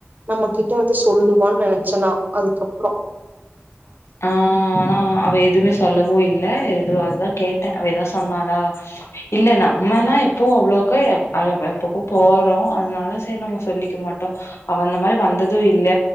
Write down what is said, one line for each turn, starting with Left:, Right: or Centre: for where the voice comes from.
Right: நமக்கி என்ட வந்து சொல்லுவானு நெனச்சனா அதுக்கப்ரோ
Left: ஆ ஆனா அவ எதுவுமே சொல்லவு இல்ல எதோ அதா கேட்ட அவ ஏதா சொன்னாளா இல்ல நம்மனா எப்போ அவ்ளோக்கா <unintelligible> எப்பப்பு போறோ அதனால சரி நம்ம சொல்லி மாட்டோ அவ அந்த மாறி வந்தது இல்ல